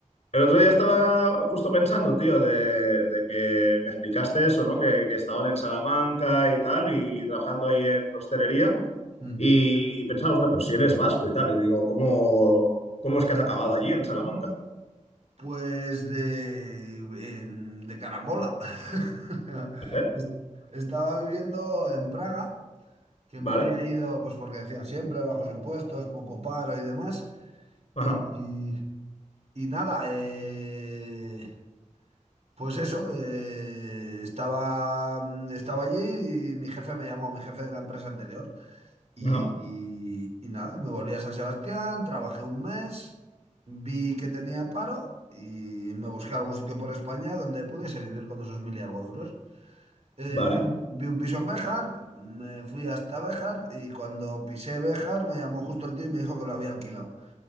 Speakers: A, on the left; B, on the right.
A: el otro día estaba justo pensando, tío, de, de que me explicaste eso, ¿no? Que, que estabas en Salamanca y tal, y trabajando ahí en hostelería,
B: Mm.
A: y pensaba, no, pero si él es vasco y tal, y digo, ¿cómo, cómo es que has acabado allí en Salamanca?
B: Pues de, em, de carambola. <laughs>
A: ¿Vale?
B: Es- Estaba viviendo en Praga, que
A: ¿Vale?
B: me había ido, pues porque decían siempre bajos impuestos, poco paro y demás.
A: Ajá,
B: Y, y- y nada, eh, pues eso, eh, estaba, estaba allí y mi jefe me llamó, mi jefe de la empresa anterior. Y,
A: ajá,
B: y nada, me volví a San Sebastián, trabajé un mes, vi que tenía paro y me busqué algún sitio por España donde pudiese vivir con esos mil y algo duros. Eh,
A: vale.
B: vi, vi un piso en Béjar, me fui hasta Béjar y cuando pisé Béjar me llamó justo el tío y me dijo que lo había alquilado.